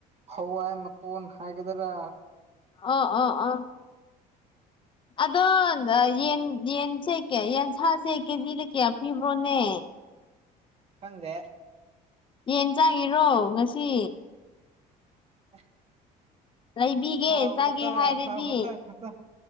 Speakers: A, on the right; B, on the left.
A: ꯍꯋꯥꯏ ꯃꯀꯣꯟ ꯍꯥꯏꯒꯗꯔꯥ
B: ꯑꯣ ꯑꯣ ꯑꯣ ꯑꯗꯣ ꯌꯦꯟ ꯌꯦꯟꯁꯦ ꯀꯌꯥ ꯌꯦꯟꯁꯥꯁꯦ ꯀꯦꯖꯤꯗ ꯀꯌꯥ ꯄꯤꯕ꯭ꯔꯣꯅꯦ
A: ꯈꯪꯗꯦ
B: ꯌꯦꯟ ꯆꯥꯒꯦꯔꯣ ꯉꯁꯤ
A: ꯑ <inaudible>
B: ꯂꯩꯕꯤꯒꯦ
A: ꯊꯥꯎ
B: ꯆꯥꯒꯦ
A: ꯈꯠꯇ
B: ꯍꯥꯏꯔꯗꯤ
A: ꯊꯥꯎ ꯈꯠꯇ ꯈꯠꯇ